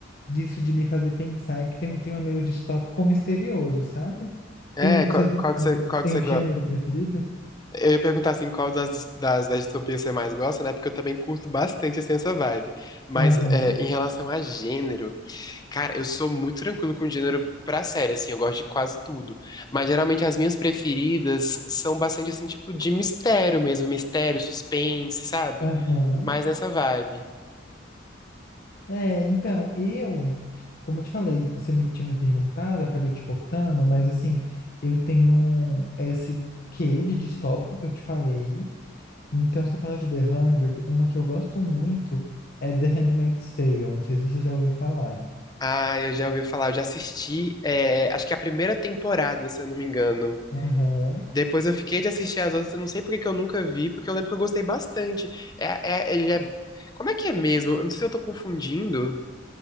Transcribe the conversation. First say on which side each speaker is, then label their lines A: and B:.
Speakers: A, on the left; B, on the left.
A: disso de me fazer pensar e que tem um clima meio distópico ou misterioso, sabe?
B: É,
A: Tem, você
B: qual,
A: tem,
B: qual que
A: você
B: você, qual
A: tem
B: que você
A: um gênero preferido?
B: Eu ia perguntar assim, qual das, das, das distopias você mais gosta, né? Porque eu também curto bastante assim, essa vibe. Mas
A: Aham,
B: é, em relação a gênero, cara, eu sou muito tranquilo com gênero pra série, assim, eu gosto de quase tudo. Mas geralmente as minhas preferidas são bastante assim, tipo, de mistério mesmo, mistério, suspense, sabe?
A: aham.
B: Mais nessa vibe.
A: É, então, eu, como eu te falei, você me, tinha me perguntado, eu acabei te cortando, mas assim, eu tenho um- esse quê de distópico que eu te falei. Então, você fala de The Hundred, uma que eu gosto muito é The Handmaid's Tale, não sei se você já ouviu falar.
B: Ah, eu já ouvi falar, eu já assisti, é, acho que a primeira temporada, se eu não me engano.
A: Aham.
B: Depois eu fiquei de assistir as outras, eu não sei por que que eu nunca vi, porque eu lembro que eu gostei bastante. É, é- ele é. Como é que é mesmo? Eu não sei se eu tô confundindo.